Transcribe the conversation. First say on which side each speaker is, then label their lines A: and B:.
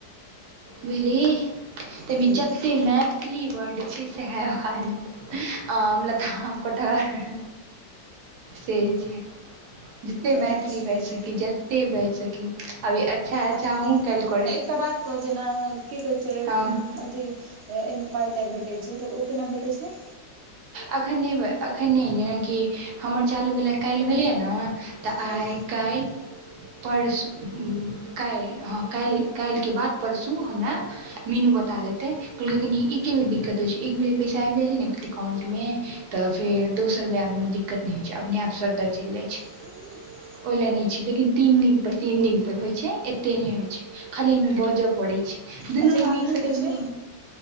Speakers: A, on the right (about 70°); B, on the right (about 80°).
A: बुझली ताहिमे
B: हूँ
A: जतेक मैथिली वर्ड छै सएह बाजू आम लताम कटहर से छै जते मैथिली
B: अच्छा
A: बाज सकी जते बाज सकी अभी अच्छा अच्छा
B: आ
A: अहु कालिह
B: एकटा बात कह जेना की कहै छै
A: हँ
B: अथी एहिमे पाय ताय भेटै छै तऽ ओ केना भेटै छै
A: एखन नहि एखन नहि जेनाकि हमर चालू भेल काल्हि भेलैए ने तऽ
B: हँ
A: आइ काल्हि परस काल्हि हँ काल्हि काल्हिके बाद परसू हमरा मीनू बता देतेै कहलै कि एके बेरी दिककत होइ छै एक बेर पैसा आबि जाइत छै ने एककाउंटमे तऽ फेर दोसर रुपैआमे दिक्कत नहि होइ छै अपने आप सर दर्द चलि जाइत छै
B: ह <inaudible>
A: ओहि ला नै छी लेकिन तीन दिन पर तीन दिन पर होई छै एतेक नहि होई छै खाली ओमे बजऽ पड़ै छ दुनू
B: अच्छा ई
A: भागस
B: मीनूके
A: दुनू
B: छै